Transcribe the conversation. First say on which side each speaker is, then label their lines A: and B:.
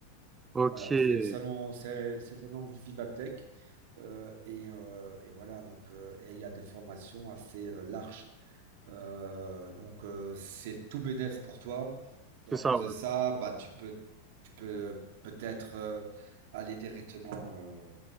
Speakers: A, on the right; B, on the right.
A: Ok,
B: Voilà,
A: c'est
B: c'est le salon, c'est c'est le salon Vivatech. Euh, et, euh, et voilà, donc euh, et il y a des formations assez euh, larges. Euh, donc, euh, c'est tout bénef pour toi. Et en
A: ça,
B: plus de
A: ouais.
B: ça, bah, tu peux, tu peux peut-être euh, aller directement, euh,